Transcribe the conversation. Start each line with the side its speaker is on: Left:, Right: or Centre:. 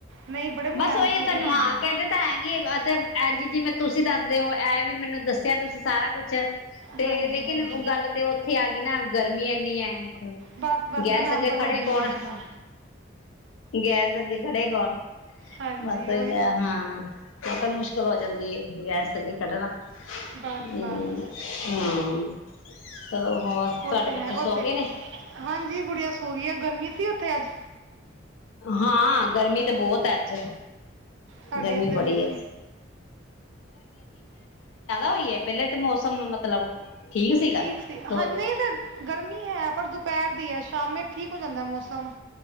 Right: ਨਹੀਂ ਬੜੇ ਮੁਲਾਇਮ
Left: ਬਸ ਓਹੀ
Right: ਫੁਲਕੇ
Left: ਹੈ ਤੁਹਾਨੂੰ
Right: ਬਣਦੇ
Left: ਹਾਂ
Right: ਆ
Left: ਕਹਿੰਦੇ ਤਾਂ ਹੈਗੀ ਐਜੀ ਜਿਵੇਂ ਤੁਸੀਂ ਦੱਸਦੇ ਹੋ ਐ ਵੀ ਮੈਨੂੰ ਦੱਸਿਆ ਤੁਸੀਂ ਸਾਰਾ ਕੁਛ ਤੇ
Right: ਹਾਂਜੀ
Left: ਲੇਕਿਨ
Right: ਹਾਂਜੀ
Left: ਗੱਲ ਤੇ ਉੱਥੇ ਆ ਗਈ ਨਾ ਗਰਮੀ ਇਨੀ ਹੈ।
Right: ਬਸ ਬਸ
Left: ਗੈਸ
Right: ਬਣਾਉਣ
Left: ਅੱਗੇ
Right: ਦਾ
Left: ਖੜੇ
Right: ਮਨ ਹੀ
Left: ਕੌਣ,
Right: ਨਹੀਂ ਕਰਦਾ
Left: ਗੈਸ ਅੱਗੇ ਖੜੇ ਕੌਣ
Right: ਹਾਂਜੀ
Left: ਬਸ ਹੀ
Right: ਉਹੀ
Left: ਤਾਂ ਹਾਂ ਮ ਤਾਂ ਮੁਸ਼ਕਿਲ ਹੋ ਜਾਂਦੀ ਗੈਸ ਅੱਗੇ ਕਢਣਾ ਹਮ
Right: ਬਸ ਬਸ
Left: ਹਾਂ ਚਲੋ ਹੋਰ
Right: ਉਹ
Left: ਤੁਹਾਡੇ
Right: ਤੇ
Left: ਬੱਚੇ
Right: ਹੈ ਉੱਥੇ
Left: ਸੋ ਗਏ ਨੇ
Right: ਹਾਂਜੀ ਗੁਰੀਆ ਸੋ ਗਈ ਹੈ ਗਰਮੀ ਸੀ ਉੱਥੇ ਅੱਜ
Left: ਹਾਂ ਗਰਮੀ ਤਾਂ ਬਹੁਤ ਹੈ ਅੱਜ
Right: ਸਾਡੇ
Left: ਗਰਮੀ
Right: ਇੱਧਰ
Left: ਬੜੀ
Right: ਵੀ
Left: ਏ ਹੋਈ ਹੈ ਪਹਿਲੇ ਤੇ ਮੌਸਮ ਮਤਲਬ ਸੀਗਾ
Right: ਠੀਕ ਸੀ
Left: ਦੋ
Right: ਹ ਨਹੀਂ ਤੇ ਗਰਮੀ ਹੈ ਪਰ ਪੈਦੀ ਹੈ ਸ਼ਾਮੇ ਠੀਕ ਹੋ ਜਾਂਦਾ ਮੌਸਮ